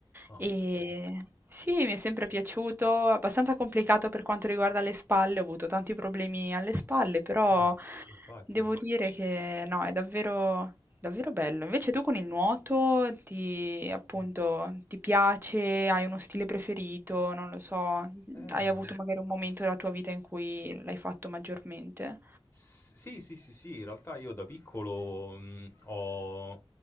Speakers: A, on the left; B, on the right.
A: Ah,
B: E
A: ok.
B: sì, mi è sempre piaciuto, abbastanza complicato per quanto riguarda le spalle, ho avuto tanti problemi alle spalle, però
A: Eh, infatti.
B: devo dire che no, è davvero, davvero bello. Invece tu con il nuoto ti, appunto,
A: Mm.
B: ti piace, hai uno stile preferito, non lo so,
A: Eh,
B: hai avuto magari un momento della tua vita in cui l'hai fatto maggiormente?
A: S- Sì, sì, sì, sì, in realtà io da piccolo mh, ho,